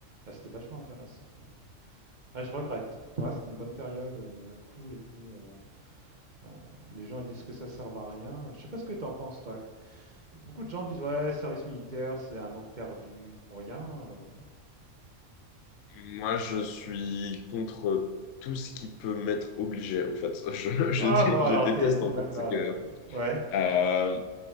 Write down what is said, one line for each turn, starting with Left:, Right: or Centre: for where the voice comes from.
Right: Ah, c'était vachement intéressant. ouais. Ah, je regrette. Ah, c'était une bonne période, euh, cool et tout. euh, euh, les gens ils disent que ça sert à rien. Je sais pas ce que tu en penses, toi. Beaucoup de gens disent ouais, service militaire, c'est un an de perdu pour rien. euh.
Left: Moi, je suis contre tout ce qui peut m'être obligé, en fait. <laughs> Je, je
Right: Ah
Left: dé-
Right: bon, alors
Left: je déteste,
Right: t'es t'es
Left: en
Right: mal
Left: fait,
Right: barré.
Left: c'est que
Right: euh. Ouais.
Left: euh,